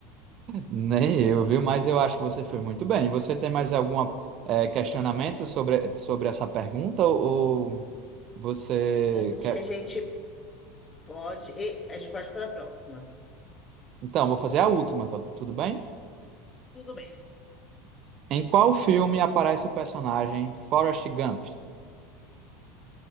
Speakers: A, on the right (about 35°); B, on the left (about 20°).
A: Nem eu, viu? Mas eu acho que você foi muito bem. Você tem mais algum questionamento sobre, sobre essa pergunta? Ou você
B: Não, acho
A: quer.
B: que a gente pode. e A gente pode para a próxima.
A: Então, vou fazer a última, tá tudo bem?
B: Tudo bem.
A: Em qual filme aparece o personagem Forrest Gump?